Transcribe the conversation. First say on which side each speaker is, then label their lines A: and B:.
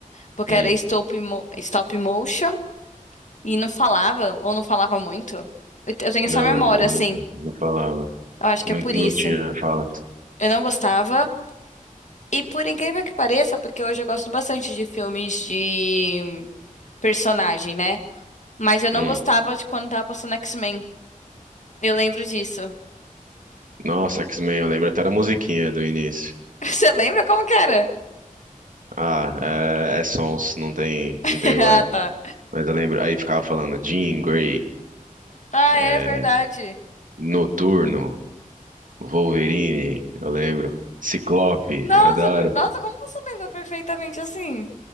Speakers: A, on the left; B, on the right.
A: Porque
B: Hum.
A: era stop, mo- stop motion. E não falava, ou não falava muito. Eu te- eu tenho essa
B: Não,
A: memória,
B: ele
A: assim.
B: não, fa- não falava.
A: Eu acho que
B: Não,
A: é por
B: não
A: isso.
B: tinha falas.
A: Eu não gostava. E por incrível que pareça, porque hoje eu gosto bastante de filmes de personagem, né? Mas eu não
B: Hum.
A: gostava de quando tava passando X-Men. Eu lembro disso.
B: Nossa, X-Men, eu lembro até da musiquinha do início.
A: <laughs> Você lembra como que era?
B: Ah, é, é sons, não tem,
A: <laughs>
B: não tem voz.
A: Ah, tá.
B: Mas eu lembro, aí ficava falando Jean Grey,
A: Ah,
B: é,
A: é verdade.
B: Noturno, Wolverine, eu lembro. Ciclope,
A: Nossa,
B: era da
A: ver-
B: hora.
A: nossa, como você lembra perfeitamente assim?